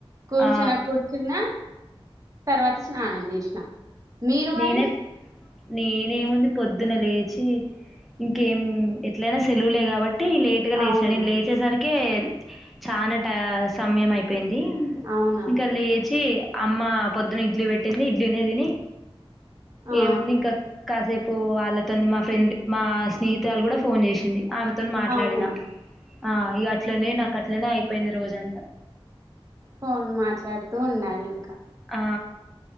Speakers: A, on the right; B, in the centre.
A: కూర్చిన
B: ఆ
A: న్న తర్వాత స్నానం చేసణ మీరు మరి
B: నేనే నేనేముంది పొద్దున లేచి ఇంకేం ఎట్లయినా సెలవులే కాబట్టి అ లేట్ గా లేసాను
A: అవునా?
B: నేను లేచేసరికి చాలా ట సమయం అయిపో అపోయింది
A: అవునా?
B: ఇంకా లేచి అమ్మ పొద్దున్న ఇడ్లీ పెట్టింది ఇడ్లీనే తిని
A: ఆ!
B: ఏముంది ఇంకా కాసేపు వాళ్ళతో మా ఫ్రెండ్ మా స్నేహితురాలు కూడా ఫోన్ చేసింది ఆమెతో మాట్లాడిన
A: అవునా?
B: ఆ ఇ అట్లనే
A: హ్మ్.
B: నాకు అట్లనే అయిపోయింది రోజంతా
A: ఫోన్ మాట్లాడుతూ ఉన్నారు ఇంకా
B: ఆ